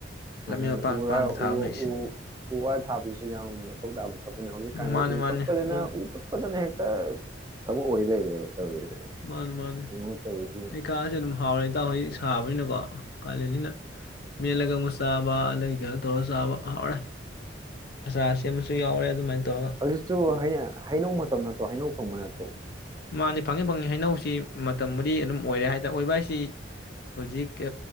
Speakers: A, on the right; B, on the left.
A: ꯃꯥꯅꯤ
B: ꯂꯝꯕꯤ ꯃꯄꯥꯟ
A: ꯎꯔ
B: ꯃꯄꯥꯟꯗ
A: ꯎ
B: ꯊꯥꯕ ꯃꯩꯁꯦ
A: ꯎ ꯎ ꯋꯥ ꯊꯥꯕꯁꯨ ꯌꯥꯝ ꯃꯊꯧ ꯇꯥꯕ ꯊꯕꯛꯅꯤ ꯍꯧꯖꯤꯛꯀꯥꯟꯁꯦ
B: ꯃꯥꯅꯤ
A: ꯎ ꯀꯛꯄꯗꯅ
B: ꯃꯥꯅꯤ ꯑꯗꯨꯅ
A: ꯎ ꯀꯛꯄꯗꯅ ꯍꯦꯛ ꯇꯠ ꯊꯕꯛ ꯑꯣꯏ ꯂꯩꯔꯦꯕ ꯇꯧꯔꯤꯁꯦ
B: ꯃꯥꯅꯤ ꯃꯥꯅꯤ
A: ꯌꯦꯡꯉꯨ ꯇꯧꯔꯤꯁꯤ
B: ꯑꯩꯩꯀꯥꯁꯦ ꯑꯗꯨꯝ ꯍꯥꯎꯔꯦ ꯏꯇꯥꯎ ꯍꯣꯏ ꯁꯥꯕꯅꯤꯅꯀꯣ ꯀꯥꯂꯦꯅꯤꯅ ꯃꯦꯠꯂꯒ ꯑꯃꯨꯛ ꯆꯥꯕ ꯑꯗꯒꯤ ꯀꯩꯅꯣ ꯇꯧꯔꯒ ꯆꯥꯕ ꯍꯥꯎꯔꯦ ꯑꯆꯥꯔ ꯁꯦꯝꯕꯁꯨ ꯌꯥꯎꯔꯦ ꯑꯗꯨꯃꯥꯏꯅ ꯇꯧꯔꯒ
A: ꯍꯧꯖꯤꯛꯁꯨ ꯍꯩꯅꯧ ꯃꯇꯝ ꯅꯠꯇ꯭ꯔꯣ ꯍꯩꯅꯧ ꯐꯪꯕ ꯅꯠꯇ꯭ꯔꯣ
B: ꯃꯥꯅꯤ ꯐꯪꯉꯦ ꯐꯪꯉꯦ ꯍꯩꯅꯧꯁꯤ ꯃꯇꯝꯕꯨꯗꯤ ꯑꯗꯨꯝ ꯑꯣꯏꯔꯦ ꯍꯥꯏ ꯇꯔꯦ ꯑꯣꯏꯕ ꯍꯥꯏꯁꯤ ꯍꯧꯖꯤꯛ